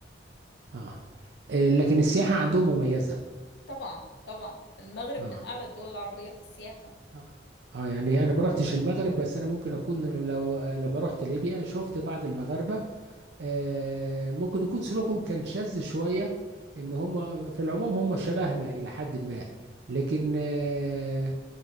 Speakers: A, on the right (about 75°); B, on the left (about 75°).
A: اه آه، لكن السياحة عندهم مميزة
B: طبعا طبعا المغرب
A: اه
B: من أعلى الدول العربية في السياحة
A: اه آه، يعني انا ما رحتش المغرب بس انا ممكن اكون لو آه، لما رحت ليبيا شفت بعض المغاربة آه ممكن يكون سلوكهم كان شاذ شوية ان هم في العموم هم شبهنا الى حد ما لكن آه